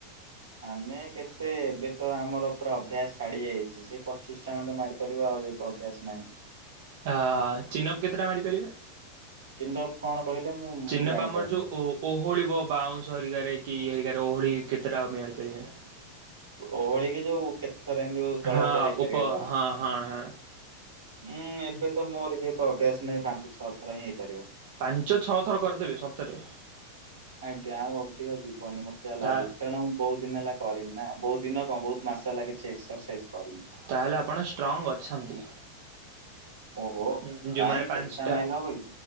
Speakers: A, on the right; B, on the right.
A: ଆମେ କେତେ ଏବେ ତ ଆମର ପୁରା ଅଭ୍ୟାସ ଛାଡି ଯାଇଛି ସେ ପଚିଶ ଟା ଖଣ୍ଡେ ମାରି ସରିବ ଆ ଯେହେତୁ ଅଭ୍ୟାସ ନାହି।
B: ଆ ଚିନଅପ୍ କେତେଟା ମାରିପାରିବେ?
A: ଚିଣ୍ଡପ କଣ? ମୁଁ
B: ଚିନପ
A: ମୁଁ ଜାଣିପାରୁନି।
B: ଆମର ଯୋଉ ଓ ଓହଳିବ ବାଉଁଶ ହେରିଗାରେ କି ଇ ହେରିକାରେ। ଓହଳି କେତେଟା ମ <unintelligible>
A: ଓହଳିକି ଯୋଉ କେତେଥର ଏମିତି ତଳ
B: ହଁ
A: ଉପରେ ହେଇପାରିବେ
B: ଉପ
A: ତ।
B: ହଁ ହଁ ହଁ
A: ହୁଁ ଏବେତ ମୋର ଯେ ତ ଅଭ୍ୟାସ ନାହିଁ ପାଞ୍ଚ ଛଅ ଥର ହିଁ ହେଇପାରିବ।
B: ପାଞ୍ଚ ଛଅ ଥର କରିଦେବେ ସତରେ।
A: ଆଜ୍ଞା ଆ ଅଧିକ ଯିବନି ମତେ ଯାହା
B: ତା
A: ଲାଗୁଛି କାରଣ ମୁଁ ବହୁତ ଦିନ ହେଲା କରିନି ନା। ବହୁତ ଦିନ କଣ ବହୁତ ମାସ ଲାଗିଛି ଏକ୍ସରସାଇଜ କରିନି।
B: ତାହେଲେ ଆପଣ ଷ୍ଟ୍ରଙ୍ଗ୍ ଅଛନ୍ତି।
A: ଓହୋ।
B: ହଁ ଯୋଉମାନେ
A: କାଇଁ
B: ପାଞ୍ଚଟା
A: କେତେଟା ମାଇଲ ହବ କି?